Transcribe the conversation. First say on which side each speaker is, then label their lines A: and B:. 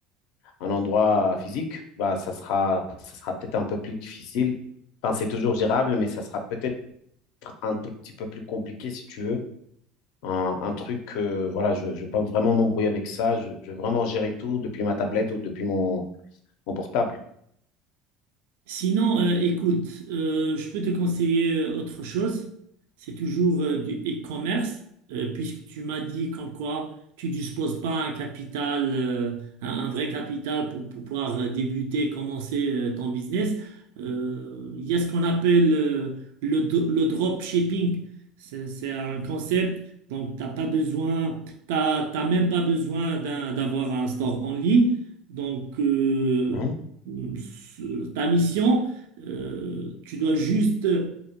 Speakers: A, on the left; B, on the right.
A: un endroit euh, physique, bah, ça sera, ça sera peut-être un peu plus difficile. Enfin, c'est toujours gérable, mais ça sera peut-être un tout petit peu plus compliqué si tu veux. Un, un truc, euh, voilà, je ne veux pas vraiment m'embrouiller avec ça. Je, je veux vraiment gérer tout depuis ma tablette ou depuis mon, en portable.
B: Sinon, euh, écoute, euh, je peux te conseiller euh, autre chose. C'est toujours euh, du e-commerce, euh, puisque tu m'as dit comme quoi tu disposes pas un capital, euh, un, un vrai capital pour, pour pouvoir euh, débuter, commencer euh, ton business. Euh, Il y a ce qu'on appelle euh, le, do- le drop shipping. C'est c'est un concept, donc t'as pas besoin, t'as t'as même pas besoin d'un- d'avoir un store en ligne. Donc, euh,
A: Mhm.
B: ce- ta mission, euh, tu dois juste euh,